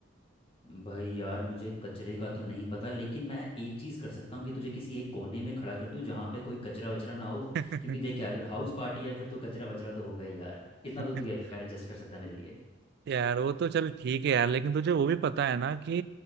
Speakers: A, on the left (about 30°); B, on the right (about 55°).
A: भाई यार मुझे कचरे का तो नहीं पता लेकिन मैं एक चीज़ कर सकता हूँ कि तुझे किसी एक कोने में खड़ा कर दूँ जहाँ पे कोई कचरा वचरा ना हो
B: बाद
A: क्योंकि देख यार अगर हाउस पार्टी है फिर तो कचरा वचरा तो होगा ही यार इतना
B: <laughs>
A: तो तू यार एडजस्ट कर सकता है मेरे लिए
B: यार वो तो चल ठीक है यार लेकिन तुझे वो भी पता है ना कि